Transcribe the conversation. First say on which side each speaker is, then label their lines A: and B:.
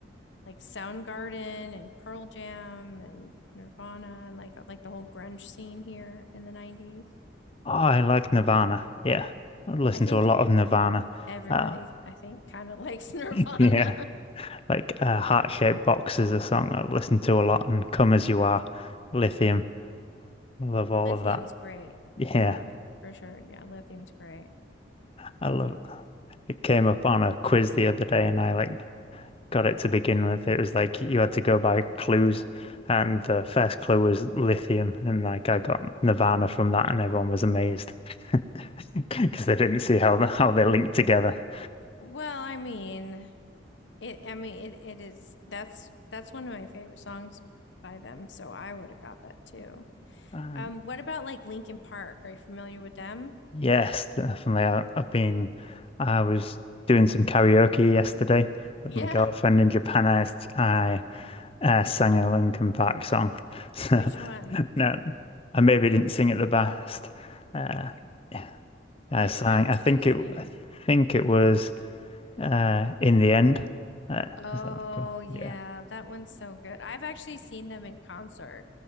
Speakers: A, on the left (about 75°); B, on the left (about 30°).
A: like Soundgarden and Pearl Jam and Nirvana and like like the whole grunge scene here in the 90s?
B: I like Nirvana. Yeah, I listen
A: I think
B: to a lot
A: e-,
B: of Nirvana.
A: everybody
B: Uh,
A: I think kind of likes <laughs> Nirvana.
B: <laughs> yeah. like uh, heart-shaped boxes a song I've listened to a lot and Come As You Are, Lithium. I love
A: Lithium's
B: all of that.
A: great.
B: Yeah,
A: Yeah, for sure. Yeah, lithium's great.
B: I love it came up on a quiz the other day and I like got it to begin with. It was like you had to go by clues and the first clue was lithium and like I got Nirvana from that and everyone was amazed <laughs> because they didn't see how the, how they linked together. <laughs>
A: Well, I mean, it I mean it it is that's that's one of my favorite songs by them, so I would have got that too.
B: And
A: Um, what about like Linkin Park? Are you familiar with them?
B: Yes, definitely. I, I've been, I was doing some karaoke yesterday with
A: Yeah.
B: my girlfriend in Japan. I, s- I, uh, sang a Linkin Park song. <laughs> So,
A: Which one?
B: no, I maybe didn't sing it the best. Uh, yeah, I
A: Which
B: sang,
A: one
B: I
A: did
B: think
A: you sing?
B: it, I think it was, uh, In the End. Uh,
A: Oh
B: is that the good?
A: yeah,
B: Yeah,
A: that one's so good. I've actually seen them in concert.